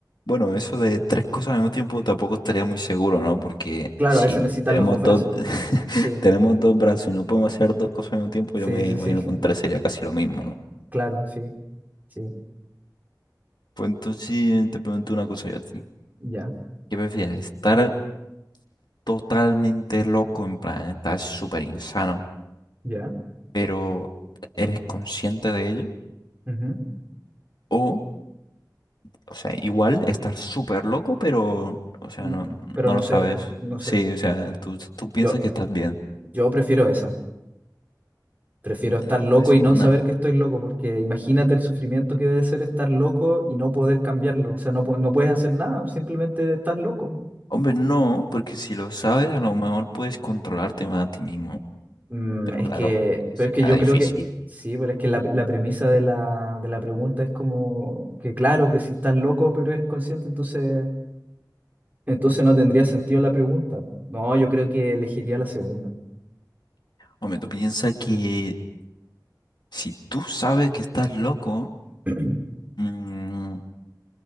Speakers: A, on the left (about 80°); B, on the right (about 25°).
A: Bueno, eso de tres cosas al mismo tiempo tampoco estaría muy seguro, ¿no? Porque
B: Claro,
A: si
B: a veces necesitas
A: tenemos
B: los dos brazos,
A: dos, <laughs>
B: sí, sí,
A: tenemos dos brazos y no podemos hacer dos cosas al mismo tiempo,
B: sí,
A: yo me
B: sí,
A: imagino
B: sí,
A: que con tres sería casi lo mismo, ¿no?
B: <laughs> claro, sí, sí,
A: Pues entonces te pregunto una cosa yo a ti.
B: ya,
A: ¿Qué prefieres? ¿Estar totalmente loco, en plan, estar súper insano,
B: ya.
A: pero eres consciente de ello?
B: ujú.
A: ¿O O sea, igual estar súper loco, pero, o sea,
B: No-
A: no,
B: pero
A: no
B: no
A: lo
B: sé,
A: sabes.
B: no sé.
A: Sí, o sea, tú, tú
B: Yo,
A: piensas que estás bien.
B: Yo prefiero eso. Prefiero estar
A: La,
B: loco
A: la segunda.
B: y no saber que estoy loco, porque imagínate el sufrimiento que debe ser estar loco y no poder cambiarlo. O sea, no, pu- no puedes hacer nada, simplemente estás loco.
A: Hombre, no, porque si lo sabes, a lo mejor puedes controlarte más a ti mismo.
B: Mm,
A: Pero
B: es
A: claro,
B: que,
A: eh,
B: pero
A: será
B: es que yo
A: difícil.
B: creo que, sí, pero es que la, la premisa de la, de la pregunta es como que claro, que si estás loco pero eres consciente, entonces, entonces no tendría sentido la pregunta. No, yo creo que elegiría la segunda.
A: Hombre, tú piensas que si tú sabes que estás loco,
B: <clears throat>
A: mm,